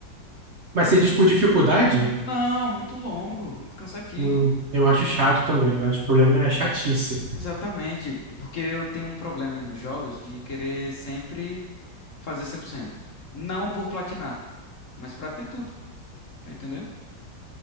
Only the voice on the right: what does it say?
Mas
se diz
por dificuldade?
Hum, eu acho chato também. Eu acho que o problema é a chatice.